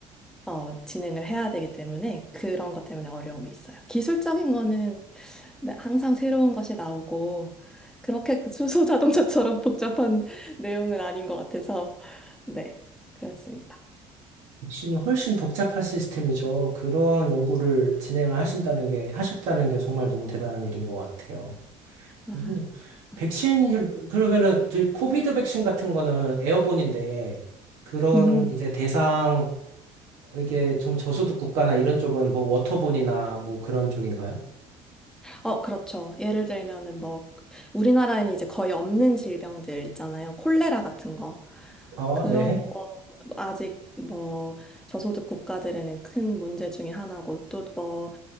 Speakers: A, in the centre; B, on the right (about 80°).
A: 어 진행을 해야 되기 때문에 그런 것 때문에 어려움이 있어요. 기술적인 거는 매- 항상 새로운 것이 나오고 그렇게 <laughs> 수소 자동차처럼 복잡한 <laughs> 내용은 아닌 것 같아서 네 그렇습니다.
B: 백신이 훨씬 복잡한 시스템이죠. 그런 연구를 진행을 하신다는 게, 하셨다는 게 정말 너무 대단한 일인 것 같아요.
A: 아,
B: 이분,
A: 감사합니다.
B: 백신, 일- 그러면은, 저희 코비드 백신 같은 거는 에어본인데, 그런
A: 음,
B: 이제 대상, 이게 좀 저소득 국가나 이런 쪽은 뭐 워터본이나 뭐 그런 쪽인가요?
A: 어, 그렇죠. 예를 들면은 뭐 우리나라에는 이제 거의 없는 질병들 있잖아요. 콜레라 같은 거.
B: 아,
A: 그런
B: 네.
A: 아직 뭐 저소득 국가들에는 큰 문제 중에 하나고 또 뭐